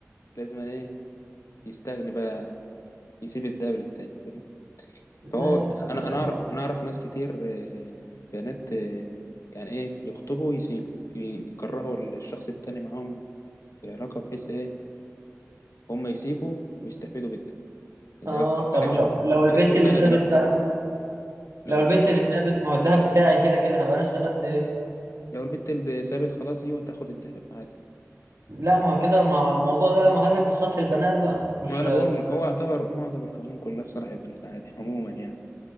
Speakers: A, on the left; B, on the right.
A: لازم ايه يستغني بقى يسيب الدهب للتاني فاهم
B: لا
A: فهو
B: يا
A: انا انا
B: يا
A: اعرف
B: راجل
A: انا اعرف ناس كتير آه، بنات آه، يعني ايه يخطبوا ويسيبوا ي- يكرهوا الشخص التاني معاهم في العلاقة بحيث إيه هم يسيبوا ويستفيدوا بالده ده
B: اه
A: بقى مش محتاج
B: طب ولو
A: شغل
B: لو البنت
A: محتاج شغلانة
B: اللي سابت
A: دلوقتي
B: بقى
A: لو
B: لو
A: البت
B: البنت اللي سابت ما هو الدهب بتاعي كده كده هبقى انا استفدت ايه
A: لو البت اللي سابت خلاص هي تاخد الذهب عادي
B: لا ما هو كده مع الموضوع ده يا معلم في صالح البنات بقى مش
A: ما أنا بقول لك هو يعتبر معظم القوانين كلها في صالح البنات عادي عموما يعني